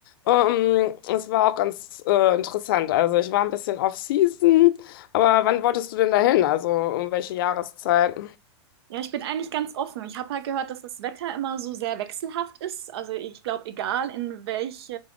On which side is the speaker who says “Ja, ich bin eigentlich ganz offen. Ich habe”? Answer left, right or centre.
Right